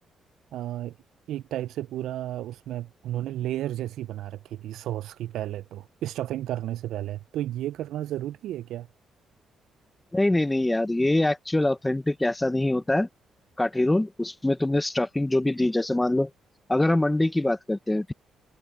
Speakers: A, on the right; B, on the left.
A: आ, एक टाइप से पूरा उसमें उन्होंने लेयर जैसी बना रखी थी सॉस की पहले तो स्टफिंग करने से पहले तो ये करना ज़रूरी है क्या
B: नहीं नहीं नहीं यार ये एक्चुअल ऑथेंटिक ऐसा नहीं होता है काठी रोल उसमें तुमने स्टफिंग जो भी दी जैसे मान लो अगर हम अंडे की बात करते हैं